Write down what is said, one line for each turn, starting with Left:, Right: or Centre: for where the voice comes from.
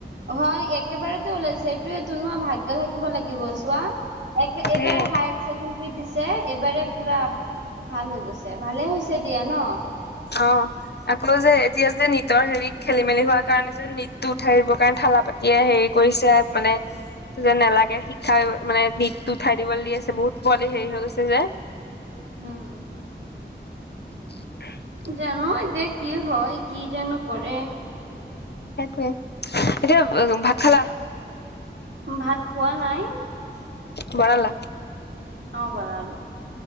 Right: হয়, একেবাৰতে ওলাইছে সেইটোৱেটো ন' ভাগ গ্য থাকিব লাগিব, চোৱা এক এইবাৰে
Left: সেয়ে
Right: হায়াৰ ছেকেণ্ডৰী দিছে এইবাৰে পুৰা ভাল হৈ গৈছে। ভালে হৈছে দিয়া ন'?
Left: অ'। আকৌ যে এতিয়া যে নীটৰ হেৰিত খেলি মেলি হোৱা কাৰণে যে নীটটো উঠাই দিব। কাৰণ থালা পাত তিয়ে হেৰি কৰিছে মানে যে নালাগে শিক্ষা মানে নীটটো উঠাই দিবলৈ দি আছে, বহুত পোৱালি হেৰি হৈ গৈছে যে।
Right: উম।
Left: <inaudible>
Right: জানই যে কি হয় কি জানো কৰে।
Left: সেইটোৱে, <unintelligible> ভাত খালা?
Right: ভাত খোৱা নাই।
Left: বনালা?
Right: অ', বনালোঁ।